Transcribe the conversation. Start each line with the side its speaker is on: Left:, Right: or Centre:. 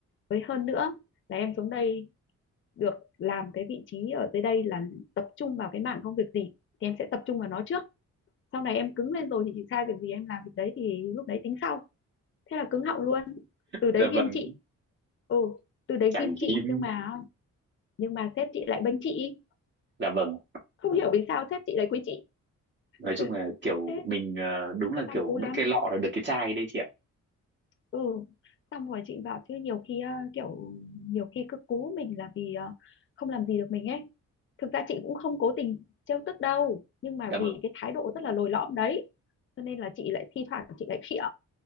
Left: với hơn nữa là em xuống đây được làm cái vị trí ở dưới đây là tập trung vào cái mảng công việc gì thì em sẽ tập trung vào nó trước sau này em cứng lên rồi thì chị sai việc gì em làm việc đấy thì lúc đấy tính sau thế là cứng họng luôn từ đấy
Right: dạ
Left: ghim
Right: vâng
Left: chị ừ từ đấy
Right: trải
Left: ghim
Right: nghiệm
Left: chị nhưng mà nhưng mà sếp chị lại bênh chị
Right: dạ vâng
Left: không hiểu vì sao sếp chị lại quý chị
Right: nói
Left: <laughs>
Right: chung là kiểu
Left: thế
Right: mình ờ, đúng là
Left: thế xong
Right: kiểu
Left: cú
Right: mất
Left: lắm
Right: cái lọ là được cái chai đấy chị ạ
Left: ừ xong rồi chị bảo chứ nhiều khi ờ, kiểu nhiều khi cứ cú mình là vì ờ, không làm gì được mình ấy thực ra chị cũng không cố tình trêu tức đâu nhưng mà
Right: dạ vâng
Left: vì cái thái độ rất là lồi lõm đấy cho nên là chị lại thi thoảng chị lại khịa